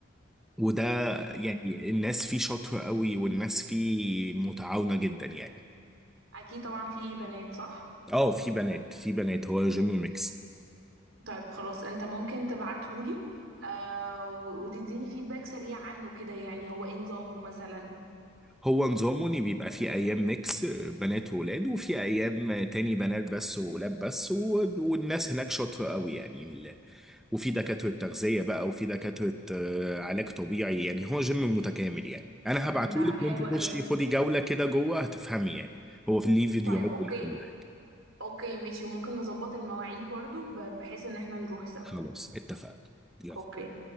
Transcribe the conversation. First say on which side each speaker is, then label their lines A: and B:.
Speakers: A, in the centre; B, on the right.
A: وده يعني الناس فيه شاطرة قوي والناس فيه متعاونة جدا يعني
B: اكيد طبعا في بنات صح
A: اه في بنات في بنات هو جيم ميكس
B: طيب خلاص انت ممكن تبعتهولي آه و- وتديني فيدباك سريع عنه كده يعني هو ايه نظامه مثلا
A: هو نظامه ان بيبقى في ايام ميكس بنات وولاد وفي ايام تاني بنات بس وولاد بس و... والناس هناك شاطرة قوي يعني ال... وفي دكاترة تغذية بقى وفي دكاترة آه، علاج طبيعي يعني هو جيم متكامل يعني انا
B: امم
A: هبعتهولك
B: ده
A: وانت
B: حلو قوي
A: خشي خدي جولة كده جوه هتفهمي يعني هو في ليه فيديوهات
B: طيب اوكي
A: وليه كل حاجة
B: اوكي ماشي وممكن نظبط المواعيد برضو ب- بحيث ان احنا نروح سوا
A: خلاص اتفقنا يلا
B: اوكي